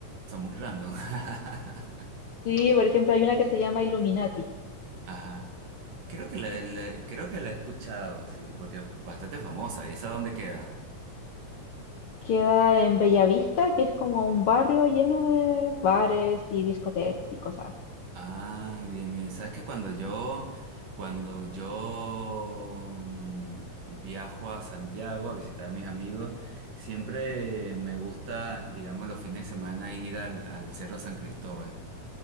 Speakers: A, on the right; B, on the left.
A: Son muy random. <laughs>
B: Sí, por ejemplo, hay una que se llama Illuminati.
A: Ajá. Creo que la, la- creo que la he escuchado, sí, porque es bastante famosa. ¿Y esa dónde queda?
B: Queda en Bellavista, que es como un barrio lleno de bares y discotecas y cosas así.
A: Ah, bien, bien. Sabes que cuando yo, cuando yo mm, viajo a Santiago a visitar a mis amigos, siempre me gusta, digamos, los fines de semana ir al, al Cerro San Cristóbal.